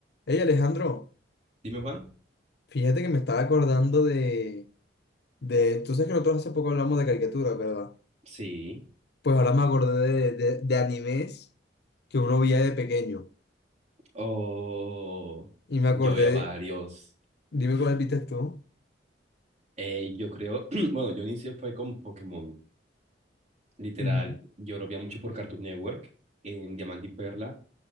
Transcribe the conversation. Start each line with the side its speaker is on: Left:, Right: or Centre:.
Left: Hey Alejandro,
Right: Dime, Juan.
Left: fíjate que me estaba acordando de, de... Tú sabes que nosotros hace poco hablamos de caricaturas, ¿verdad?
Right: Sí,
Left: Pues ahora me acordé de, de, de animes que uno veía de pequeño.
Right: o
Left: Y me acordé
Right: yo vi a varios.
Left: de- Dime cuál viste tú.
Right: Eh, yo creo, <clears throat> bueno, yo inicié fue con Pokémon, literal.
Left: Ujú,
Right: Yo lo veía mucho por Cartoon Network, en Diamante y Perla,